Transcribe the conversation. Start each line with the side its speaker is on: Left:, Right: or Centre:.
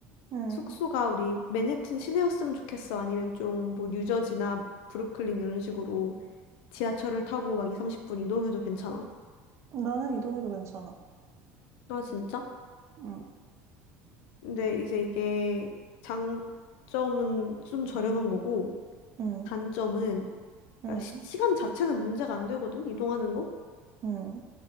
Right: 응,
Left: 숙소가 우리 맨해튼 시내였으면 좋겠어. 아니면 좀 뭐 뉴저지나 브루클린 이런 식으로 지하철을 타고 막 2, 30분 이동해도 괜찮아?
Right: 나는 이동해도 괜찮아.
Left: 아, 진짜?
Right: 응.
Left: 근데 이제 이게 장점은 좀 저렴한 거고
Right: 음.
Left: 단점은
Right: 응,
Left: 그러니까 시, 시간 자체는 문제가 안 되거든 이동하는 거.
Right: 응,